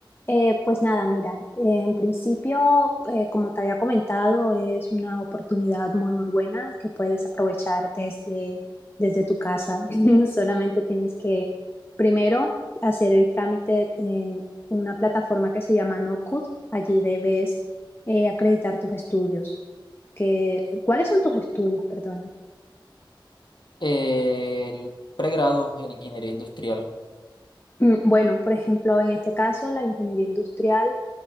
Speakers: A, on the left; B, on the left.
A: Eh, pues nada, mira, eh, en principio, eh, como te había comentado, es una oportunidad muy, muy buena que puedes aprovechar desde, desde tu casa. <laughs> Solamente tienes que primero hacer el trámite en una plataforma que se llama Nocut. Allí debes eh, acreditar tus estudios. Que, ¿cuáles son tus estudios, perdona?
B: Eh, el pregrado en ingeniería industrial.
A: Mm, Bueno, por ejemplo, en este caso, la ingeniería industrial